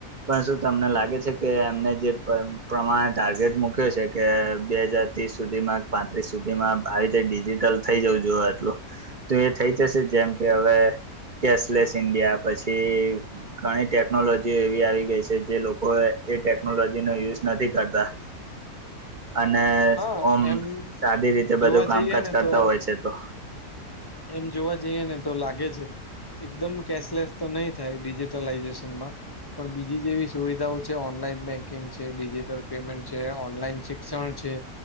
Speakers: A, on the right; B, on the left.
A: પણ શું તમને લાગે છે કે એમને જે પ્રમાણે ટાર્ગેટ મૂક્યો છે કે બે હજાર. ત્રીસ સુધીમાં પાંત્રીસ સુધીમાં આવી રીતે ડિજિટલ થઈ જવું જો આટલું. તો એ થઈ જશે જેમ કે હવે કેશલેસ ઇન્ડિયા પછી. ઘણી ટેકનોલોજી એવી આવી ગઈ છે જે લોકો એ ટેકનોલોજી ન યુઝ નથી કરતા. અને
B: હા
A: ઓમ
B: એમ
A: સાદી રીતે બધું
B: જોવા
A: કામકાજ
B: જઈએ ને
A: કરતા
B: તો
A: હોય છે તો.
B: એમ જોવા જઈએ ને તો લાગે છે. એકદમ કેશલેસ તો નહી થાય ડિજિટલ લાઈઝેશનમાં. પણ બીજી જેવી સુવિધાઓ છે ઓનલાઈન બેન્કિંગ છે ડિજિટલ પેમેન્ટ છે ઓનલાઈન છે. શિક્ષણ છે